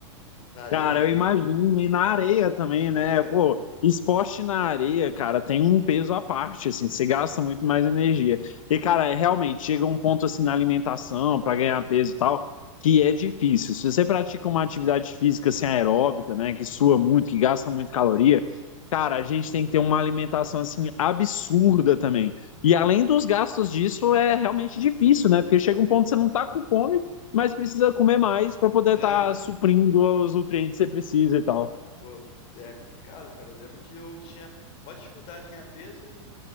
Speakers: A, on the left; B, on the left.
A: Na areia
B: Cara,
A: ainda?
B: eu imagino, e na areia também,
A: É,
B: né? Pô, esporte na areia, cara, tem um peso à parte, assim, você gasta muito mais energia. E, cara, é, realmente, chega um ponto, assim, na alimentação, para ganhar peso e tal, que é difícil. Se você pratica uma atividade física, assim, aeróbica, né, que sua muito, que gasta muito caloria, cara, a gente tem que ter uma alimentação, assim, absurda também. E além dos gastos disso, é realmente difícil, né? Porque chega um ponto que você não tá com fome mas precisa comer mais para poder
A: é.
B: estar suprindo os nutrientes que você precisa e tal.
A: Pô, é complicado, cara. Eu lembro que eu tinha maior dificuldade de ganhar peso e,